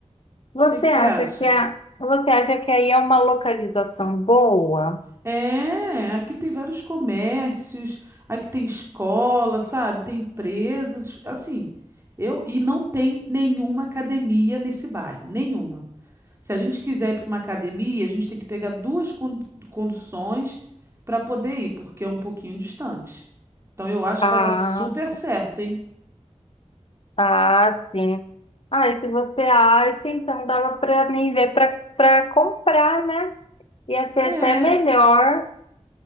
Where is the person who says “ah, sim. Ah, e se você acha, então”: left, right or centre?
Left